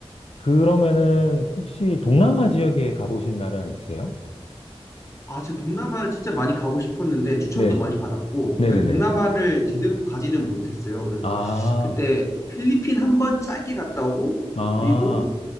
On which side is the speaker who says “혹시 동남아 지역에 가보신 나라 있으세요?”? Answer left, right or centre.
Left